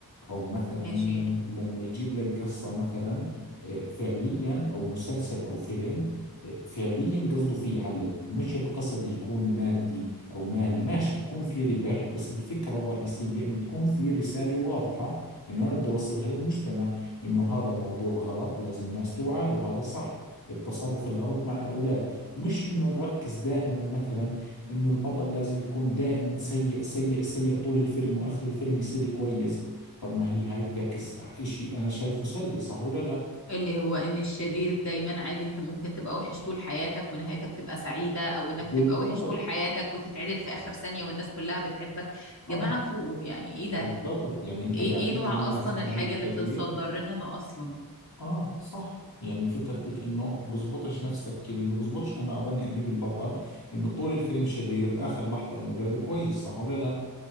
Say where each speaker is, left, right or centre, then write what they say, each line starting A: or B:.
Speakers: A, on the left (about 75°); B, on the left (about 45°).
A: أو مثلا
B: ماشي
A: لما يجيب لك قصة مثلا آه، فعليا أو مسلسل أو فيلم فعليا قصده فيه يعلم مش القصد يكون مادي أو مالي ماشي يكون في ربح بس الفكرة الرئيسية إنه تكون في رسالة واضحة إنه أنا بدي أوصلها للمجتمع إنه هذا الموضوع غلط لازم الناس توعى له هذا صح التصرف الغلط مع الأولاد مش إنه نركز دائما مثلا إنه البطل لازم يكون دائما سيء سيء سيء طول الفيلم وآخر الفيلم يصير كويس طب ما هي هاي بتعكس إشي أنا شايفه سلبي صح ولا لا
B: اللي هو ان الشرير دايما عادي انت ممكن تبقى وحش طول حياتك ونهايتك تبقى سعيدة او انك
A: بالضبط
B: تبقى وحش طول حياتك وتتعدل في اخر ثانية والناس كلها بتحبك
A: اه
B: جماعة فوقوا يعني ايه ده
A: بالضبط يعني انت
B: ايه
A: قاعد
B: ايه
A: تحكي
B: نوع
A: للناس
B: اصلا
A: خليك
B: الحاجة اللي
A: شرير
B: بتتصدر لنا اصلا
A: اه صح يعني فكرتك انه بزبطش نفس تفكيري انه بزبطش انا اظني اجيب البطل انه طول الفيلم شرير باخر لحظة انه قلب كويس صح ولا لا